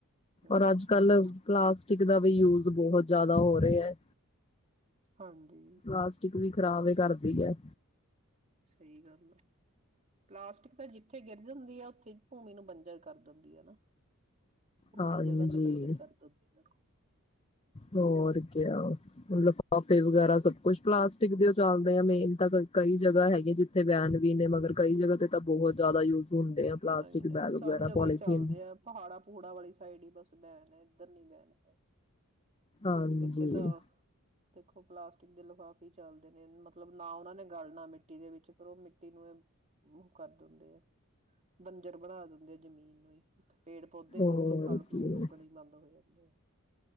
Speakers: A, on the right; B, on the left.
A: ਹਮ
B: ਰ ਅੱਜ ਕੱਲ ਕਲਾਸ ਿਕ ਦਾ ਵੀ ਯੂਜ਼ ਬਹੁਤ ਜ਼ਿਆਦਾ ਹੋ ਰਿਹਾ ਹੈ
A: ਹਾਂਜੀ
B: ਪਲਾਸਟਿਕ ਵੀ ਖ਼ਰਾਬ ਹੈ ਕਰਦੀ ਹੈ
A: ਸਹੀ ਗੱਲ ਆ ਪਲਾਸਟਿਕ ਤਾਂ ਜਿੱਥੇ ਗਿਰ ਜਾਂਦੀ ਆ ਉੱਥੇ ਭੂਮੀ ਨੂੰ ਬੰਜਾ ਕਰ ਦਿੰਦੀ ਹੈ ਨਾ
B: ਹਾਂਜੀ
A: ਉਹੀ ਜਗ੍ਹਾ ਤੇ ਬੰਜ ਕਰ ਦੇ ਕਰੋ
B: ਹੋਰ ਕ ਲਿਫਾਫੇ ਵਗੈਰਾ ਸਭ ਕੁਛ ਪਲਾਸਟਿਕ ਦੇ ਉਹ ਚੱਲਦੇ ਆ ਮੇਨ ਤਾਂ ਕਈ ਜਗ੍ਹਾ ਹੈਗੀ ਜਿੱਥੇ ਵੈਨ ਵੀ ਨੇ ਮਗਰ ਕਈ ਜਗ੍ਹਾ ਤੇ ਤਾਂ ਬਹੁਤ ਜ਼ਿਆਦਾ ਯੂਜ ਹੁੰਦੇ ਆ ਪਲਾਸਟਿਕ
A: ਨਹੀਂ ਨਹੀਂ
B: ਬੈਗ
A: ਸਭ
B: ਵਗੈਰਾ
A: ਜਗ੍ਹਾ
B: ਪੋਲੀਥੀਨ
A: ਹੀ ਚੱਲਦੇ ਆ ਪਹਾੜਾ ਪੂੜਾ ਵਾਲੀ ਸਾਈਡ ਹੀਈ ਬ ਬੈਣ ਹੈ ਇੱਧਰ ਨੀ ਬੈਣ ਹੈ
B: ਹਾਂਜੀ
A: ਇੱਥੇ ਤਾਂ ਦੇਖੋ ਪਲਾਸਟਿਕ ਦੇ ਲਿਫਾਫੇ ਕਫੀ ਚਲਦੇ ਨੇ ਮਤਲਬ ਨਾ ਉਹਨਾ ਨੇ ਗਲਨਾ ਮਿੱਟੀ ਦੇ ਵਿੱਚ ਫਿਰ ਉਹ ਮਿੱਟੀ ਨੂੰ ਉਹ ਕਰ ਦਿੰਦੇ ਆ ਬੰਜਰ ਬਣਾ ਦਿੰਦੇ ਆ ਜਮੀਨ ਨੂੰ ਹੀੇ ਪੇੜ ਪੌਦੇ
B: ਹੋਰ
A: ਮਤਲਬ ਫਲ ਫਰੂਟ
B: ਕੀ
A: ਉੱਗਣਣੇ ਹੀ ਬੰਦ ਹੋਏਆ ਦੇ